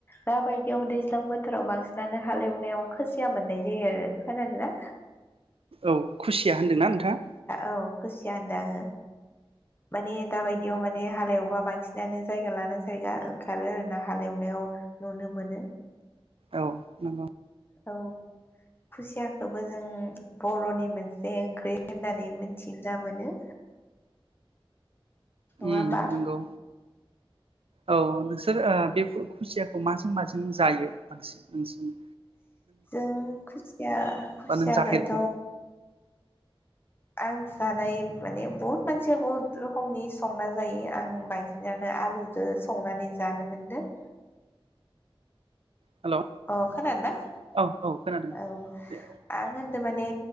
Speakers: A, on the left; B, on the right.
A: दाबायदियाव दैज्लां बोथोराव बांसिनानो हालेवनायाव खोसिया मोननाय जायो आरो खोनादोना?
B: औ खुसिया होनदोंना नोंथांआ
A: औ खुसिया होनदो आङो माने दाबायदियाव माने हालेवबा बांसिनानो जायगा लाना जायगा ओंखारो आरो ना हालेवनायाव नुनो मोनो।
B: औ नोंगौ।
A: औ खुसियाखौबो जों बर'नि मोनसे ओंख्रै होननानै मोनथिना मोनो। नङा
B: उम
A: होमबा
B: नोंगौ औ नोंसोर ओ बे खुसियाखौ माजों माजों जायो बांसिन नोंसोरनि
A: जों खुसिया खुसियखोथ
B: बा नों जाफेरखो
A: आं जानाय माने बहुद मानसिया बहुद रखोमनि संना जायो आं बांसिनानो आलुजो संनानै जानो मोनदो।
B: हेल'
A: अ खोनादो ना
B: औ औ खोनादों
A: औ
B: दे
A: आं होनदो माने